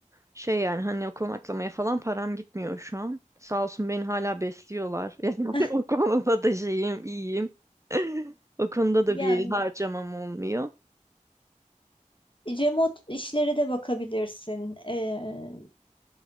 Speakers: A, on the right (about 20°); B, on the left (about 40°).
A: Şey yani hani o konaklamaya falan param gitmiyor şu an. Sağ olsun beni hala besliyorlar. <laughs> Yani
B: <laughs>
A: o konuda da şeyim iyiyim. <laughs> O konuda da
B: Yani
A: bir harcamam olmuyor.
B: remote işlere de bakabilirsin. E,